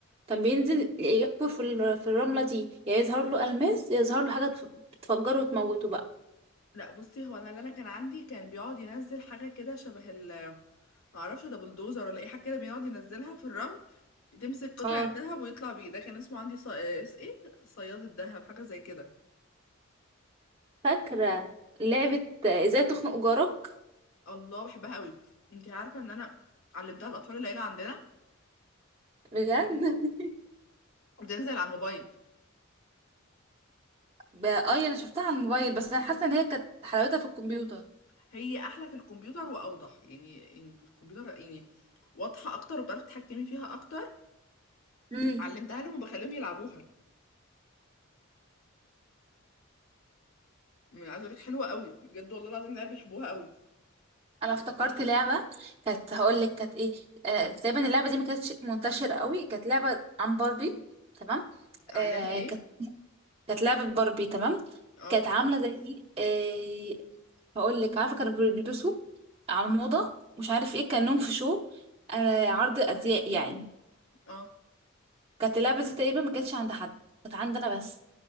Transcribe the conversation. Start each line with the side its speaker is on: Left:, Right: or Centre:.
Right: كان بينزل يحفر في ال- في الرملة دي يا يظهر له ألماس يا يظهر له حاجة تف- تفجره وتموته بقى
Left: لا بصي هو انا اللي انا كان عندي كان بيقعد ينزل حاجه كده شبه ال ما اعرفش ده بلدوزر ولا اي حاجه كده بيقعد ينزلها في الرمل تمسك قطعه
Right: اه
Left: ذهب ويطلع بيه ده كان اسمه عندي صي... ايه صياد الذهب حاجه زي كده
Right: فاكرة لعبة ازاي تخنق جارك
Left: الله بحبها قوي انتي عارفه ان انا علمتها الاطفال العيله عندنا
Right: بجد <laughs>
Left: بتنزل على الموبايل
Right: ب- اه انا شفتها على الموبايل بس انا حاسه ان هي كانت حلاوتها في الكمبيوتر
Left: هي احلى في الكمبيوتر واوضح يعني يعني في الكمبيوتر يعني واضحه اكتر وبتعرفي تتحكمي فيها اكتر
Right: امم
Left: علمتها لهم وبخليهم يلعبوها يعني عايزه اقول لك حلوه قوي بجد والله العظيم العيال بيحبوها قوي
Right: انا افتكرت لعبه كانت هقول لك كانت ايه آه تقريبا اللعبه دي ما كانتش منتشره قوي كانت لعبه عن باربي تمام
Left: آه،
Right: آه
Left: لعبه ايه
Right: كانت كانت لعبة باربي تمام
Left: اه
Right: كانت عاملة زي ايه آه هقول لك عارفة كانوا بيلبسوا على الموضة مش عارف ايه كأنهم في شو آه عرض أزياء يعني
Left: اه
Right: كانت اللعبة دي تقريبا ما كانتش عند حد كانت عندنا بس